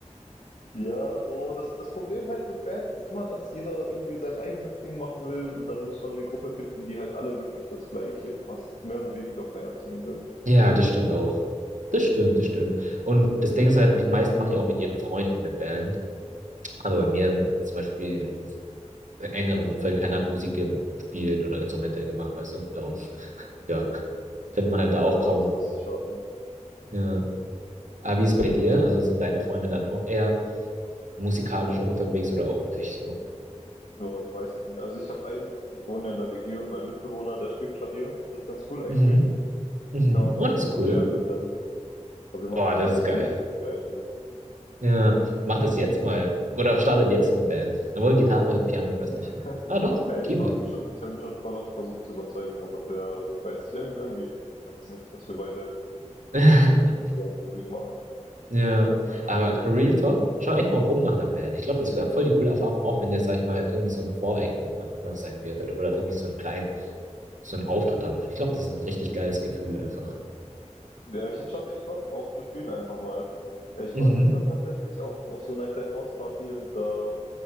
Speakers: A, on the left; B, on the right.
A: ja, so, das, das Problem halt mit Bands ist immer, dass jeder irgendwie sein eigenes Ding machen will und dann muss man eine Gruppe finden, die halt alle wirklich das Gleiche passt. Mehr oder weniger feiern zumindest.
B: Ja, das stimmt auch. Das stimmt, das stimmt. Und das Ding ist halt, die meisten machen ja auch mit ihren Freunden eine Band. Aber bei mir im, zum Beispiel im engeren Umfeld, keiner hat Musik gespielt oder Instrumente gemacht, weißt du. Darum, <laughs> ja, findet man halt da
A: Ja,
B: auch kaum.
A: das, das ist schade.
B: Ja. Aber wie ist es bei dir? Also sind deine Freunde dann auch eher musikalisch auch unterwegs oder auch nicht so?
A: Ja, die meisten, also ich habe einen, ich, ich wohne ja in der WG und mein Mitbewohner, der spielt Klavier. Das ist ganz cool eigentlich.
B: Mhm, mhm.
A: Dann kann man
B: Oh,
A: ab
B: das
A: und
B: ist
A: zu
B: cool.
A: jammen wir dann. Aber wir machen
B: Boah, das
A: viel
B: ist
A: zu
B: geil.
A: wenig dafür eigentlich.
B: Ja, mach das jetzt mal. Oder startet jetzt eine Band. Obwohl Gitarre, Piano, ich weiß
A: <laughs>
B: nicht. Ob das, ah, doch,
A: Ey,
B: Keyboard.
A: ich habe ihn schon, ich habe ihn schon vorher versucht zu überzeugen, aber der, ich weiß nicht, irg- irgendwie klappt es nicht, dass wir beide
B: <laughs>
A: irgendwie zusammen Musik machen.
B: Ja,
A: Ich weiß auch
B: aber
A: nicht warum.
B: Real Talk, schau echt mal rum nach einer Band. Ich glaube, das wäre voll die coole Erfahrung, auch wenn jetzt, sag ich mal, irgendwie so ein Voreact irgendwann mal sein wird oder irgendwie so einen kleinen, so einen Auftritt haben. Ich glaube, das ist ein richtig geiles Gefühl einfach.
A: Ja, ich hätte schon echt Bock, auch zu spielen einfach mal. Äh, Ich
B: Mhm.
A: war gestern tatsächlich auf, auf so einer kleinen Hausparty und da